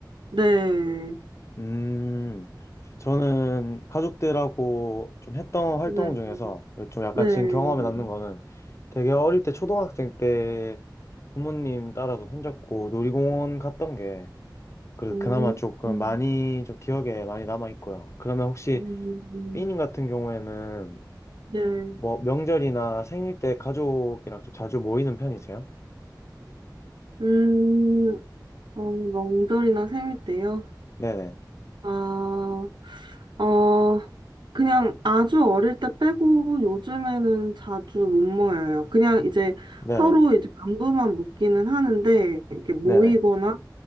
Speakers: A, on the right; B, on the left.
A: 네.
B: 음, 저는 가족들하고 좀 했던 활동
A: 네.
B: 중에서 좀 약간
A: 네.
B: 지금 경험에 남는 거는 되게 어릴 때 초등학생 때 부모님 따라서 손잡고 놀이공원 갔던 게 그래도
A: 음,
B: 그나마 조금
A: 음,
B: 많이 좀 기억에 많이 남아 있고요. 그러면 혹시
A: 음,
B: 삐님 같은 경우에는
A: 네.
B: 뭐 명절이나 생일 때 가족이랑 좀 자주 모이는 편이세요?
A: 음, 어, 명절이나 생일 때요?
B: 네네.
A: 아, 어, 그냥 아주 어릴 때 빼고 요즘에는 자주 못 모여요. 그냥 이제
B: 네네.
A: 서로 이제 안부만 묻기는 하는데, 이렇게 모이거나
B: 네네.